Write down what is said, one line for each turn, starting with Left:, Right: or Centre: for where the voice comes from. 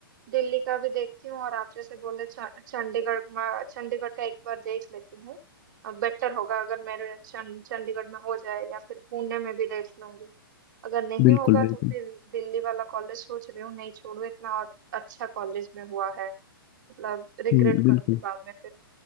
Right: दिल्ली का भी देखती हूँ और आप जैसे बोले च- चंडीगढ़ में चंडीगढ़ का एक बार देख लेती हूँ अब बेटर होगा अगर मेरे चं- चंडीगढ़ में हो जाए या फिर पुणे में भी देख लूंगी अगर नहीं
Left: बिल्कुल
Right: होगा
Left: बिल्कुल
Right: तो फिर दिल्ली वाला कॉलेज सोच रही हूँ नहीं छोड़ो इतना और अच्छा कॉलेज में हुआ है मतलब रिग्रेट
Left: हम्म बिल्कुल
Right: करूंगी बाद में फिर